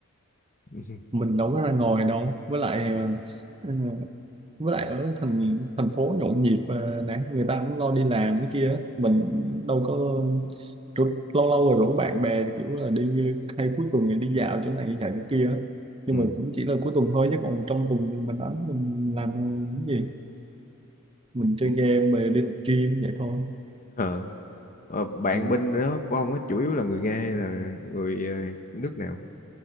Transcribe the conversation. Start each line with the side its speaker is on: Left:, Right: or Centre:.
Left: <laughs> ừ.
Right: mình đâu có ra ngoài đâu với lại ờ, ờ, với lại ở thành thành phố nhộn nhịp ờ, nè người ta cũng lo đi làm cái kia mình đâu có rủ- lâu lâu rồi rủ bạn bè kiểu là đi hay cuối tuần thì đi dạo chỗ này dạo chỗ kia nhưng
Left: Ừ.
Right: mà cũng chỉ là cuối tuần thôi chứ còn trong tuần thì mình đánh mình làm cái gì mình chơi
Left: Ừ.
Right: game về đi tập gym vậy thôi
Left: Ờ. Ờ, bạn
Right: ừ.
Left: bên đó của ông á chủ yếu là người Nga hay là người ờ, nước nào